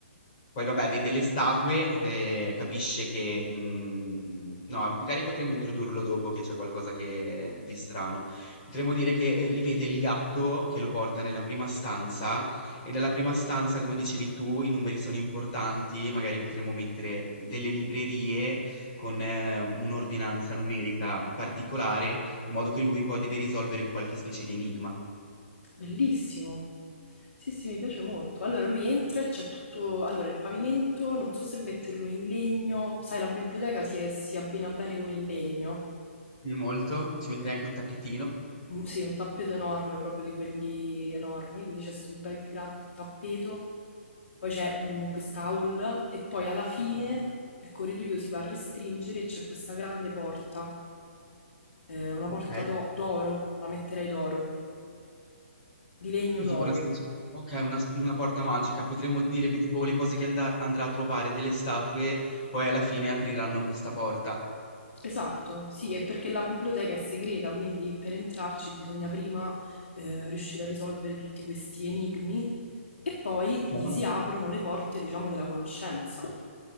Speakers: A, on the left (about 25°); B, on the left (about 70°).
A: Poi vabbè, vede le statue, eh, capisce che... mm, no, magari potremmo introdurlo dopo che c'è qualcosa che di strano. Potremmo dire che rivede il gatto che lo porta nella prima stanza e nella prima stanza, come dicevi tu, i numeri sono importanti, magari potremmo mettere delle librerie con eh, un'ordinanza numerica particolare, in modo che lui poi deve risolvere un qualche specie di enigma.
B: Bellissimo. Sì, sì, mi piace molto. Allora lui entra e c'è tutto. Allora il pavimento, non so se metterlo in legno. Sai, la biblioteca si, si abbina bene con il legno.
A: Quindi molto, ci metterei anche un tappetino.
B: Mm, Sì, un tappeto enorme, proprio di quelli enormi. Quindi c'è questo bel gran tappeto. Poi c'è un- questa hall e poi alla fine il corridoio si va a restringere e c'è questa grande porta. eh, una porta
A: Ok.
B: d'o- d'oro, la metterei d'oro, di legno
A: Quindi
B: d'oro.
A: tipo una specie okay, una s una porta magica. Potremmo dire che tipo le cose che anda andrà a trovare delle statue, poi alla fine apriranno questa porta.
B: Esatto, sì, è perché la biblioteca è segreta, quindi per entrarci bisogna prima eh, riuscire a risolvere tutti questi enigmi e poi gli
A: Okay.
B: si aprono le porte, diciamo, della conoscenza.